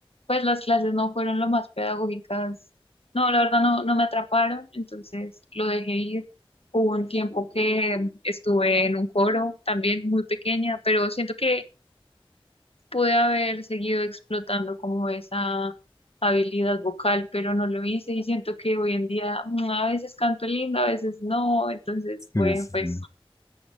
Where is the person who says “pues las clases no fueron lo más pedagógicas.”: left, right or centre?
Left